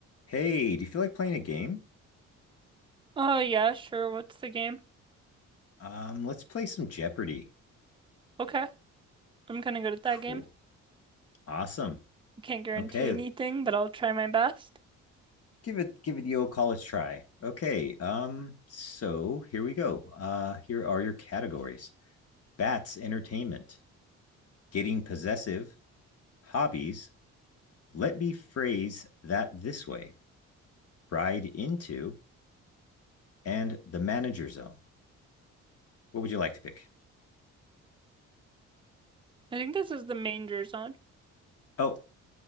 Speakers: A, on the left; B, on the right.
A: Hey, do you feel like playing a game?
B: Oh, yeah, sure. What's the game?
A: Um, let's play some Jeopardy.
B: Okay, I'm kind of good at
A: Cool.
B: that game.
A: Awesome.
B: I can't guarantee
A: Okay,
B: anything, but I'll try my best.
A: give it give it the old college try. Okay, um, so here we go. Uh, here are your categories. Bats entertainment, getting possessive, hobbies, let me phrase that this way, ride into, and the manager zone. What would you like to pick?
B: I think this is the manger zone,
A: Oh,